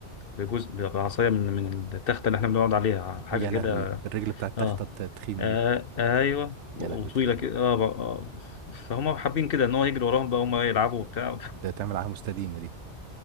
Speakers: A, on the left (about 55°); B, on the right (about 75°).
A: بجزء بعصايه من من التخته اللي احنا بنقعد عليها حاجه
B: يا
A: كده
B: لهوي الرجل بتاع التخته
A: اه
B: الت- التخينه
A: آه
B: دي
A: ايوه وطويله
B: يا لهوتين
A: كده آه ب- آه. فهم حابين كده ان هو يجري وراهم بقى هم يلعبوا وبتاع <laughs>
B: ده تعمل عليها مستديمه دي